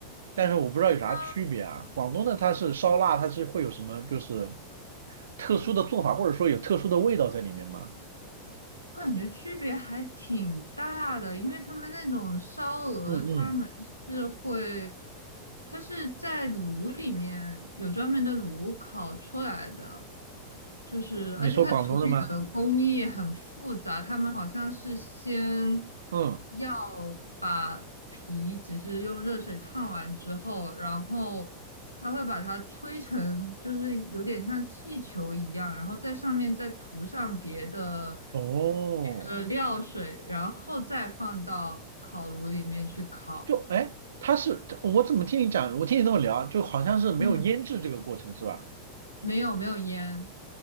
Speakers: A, on the right (about 65°); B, on the left (about 85°).
A: 但是我不知道有啥区别啊。
B: 但它
A: 广东的它是烧腊，它是会有什么就是特殊的做法，或者说有特殊的味道在里面吗？
B: 感觉区别还挺大的，因为他们那种烧鹅，
A: 嗯嗯，
B: 他们是会，它是在炉里面有专门的炉烤出来的，就是，
A: 你说广东的吗？
B: 而且它处理的工艺很复杂，他们好像是先
A: 嗯，
B: 要把皮只是用热水烫完之后，然后他会把它吹成，就是有点像气球一样，然后在上面再涂上别的
A: 哦，
B: 别的料水，然后再放到烤炉里面去烤。
A: 就哎，它是我怎么听你讲，我听你这么聊，就好像是没有腌制这个过程是吧？
B: 嗯，没有没有烟，